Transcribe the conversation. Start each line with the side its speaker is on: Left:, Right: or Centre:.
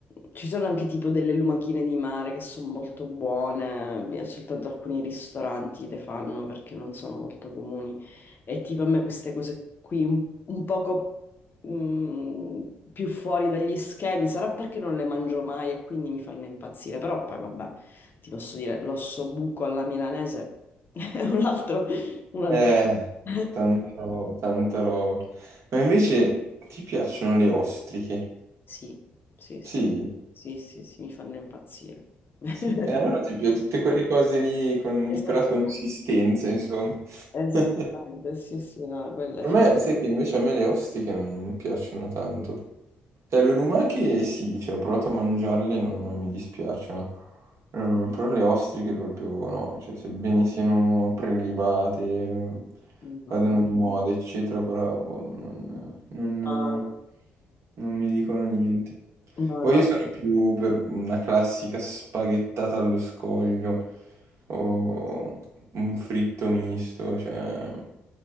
Left: ci sono anche tipo delle lumachine di mare che sono molto buone, e soltanto alcuni ristoranti le fanno perché non sono molto comuni. E tipo a me queste cose qui un, un poco mm, più fuori dagli schemi, sarà perché non le mangio mai e quindi mi fanno impazzire, però poi vabbè, ti posso dire, l'osso buco alla milanese <laughs> è un altro, un altro.
Right: Eh,
Left: <laughs>
Right: tanta roba, tanta roba. Ma invece ti piacciono le ostriche?
Left: Sì, sì, sì,
Right: Sì.
Left: sì, sì, sì, mi fanno impazzire. <laughs>
Right: Sì, eh, allora ti piace tutte quelle cose lì con-
Left: Esatto.
Right: di quella consistenza, insomma.
Left: Esattamente,
Right: <laughs>
Left: sì, sì, no, quelle
Right: Per
Left: sono...
Right: me, sai che invece a me le ostiche non, non piacciono tanto. Cioè, le lumache sì, cioè, ho provato a mangiarle, non, non mi dispiacciono. Eh, però le ostriche proprio no, cioè, sebbene siano prelibate, eh,
Left: No,
Right: vadano di moda, eccetera, però boh, non, non-
Left: no,
Right: non mi dicono niente.
Left: no,
Right: Poi
Left: no,
Right: io sono più per una classica spaghettata allo scoglio o un fritto misto, cioè,